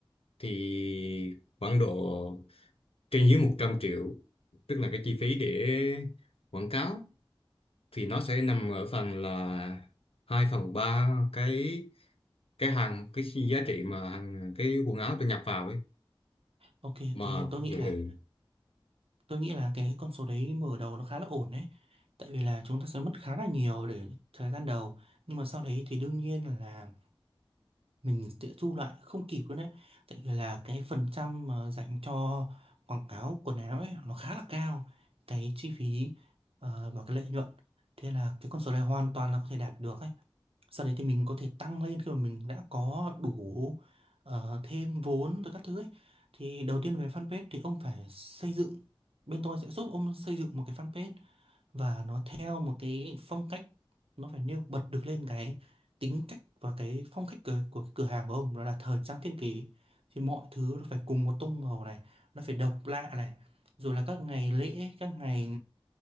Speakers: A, on the left; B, on the right.
A: thì khoảng độ trên dưới một trăm triệu tức là cái chi phí để quảng cáo thì nó sẽ nằm ở phần là 2 phần 3 cái cái hàng cái giá trị mà hàng cái quần áo tôi nhập vào ấy
B: ok
A: mà
B: ok tôi nghĩ
A: ừ,
B: là
A: ừ.
B: tôi nghĩ là cái con số đấy mở đầu nó khá là ổn đấy tại vì là chúng ta sẽ mất khá là nhiều để thời gian đầu nhưng mà sau đấy thì đương nhiên là mình sẽ thu lại không kịp luôn đấy tại vì là cái phần trăm mà dành cho quảng cáo quần áo ấy nó khá là cao cái chi phí ờ, và cái lợi nhuận thế là cái con số này hoàn toàn là có thể đạt được ấy sau đấy thì mình có thể tăng lên khi mà mình đã có đủ ờ, thêm vốn rồi các thứ ấy. Thì đầu tiên về fanpage thì ông phải xây dựng bên tôi sẽ giúp ông xây dựng một cái fanpage và nó theo một cái phong cách nó phải nêu bật được lên cái tính cách và cái phong cách của, của cái cửa hàng của ông đó là thời trang thiên kỳ thì mọi thứ nó phải cùng một tông màu này nó phải độc lạ này rồi là các ngày lễ các ngày